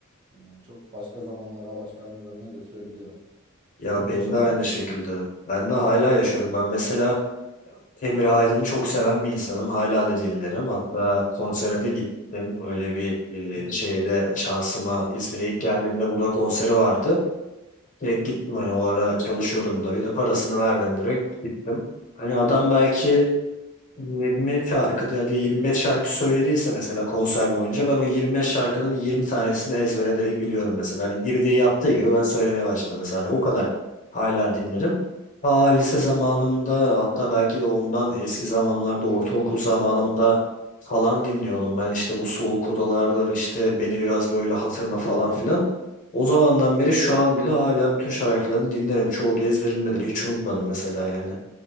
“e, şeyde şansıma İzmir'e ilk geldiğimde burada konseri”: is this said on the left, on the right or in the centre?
Left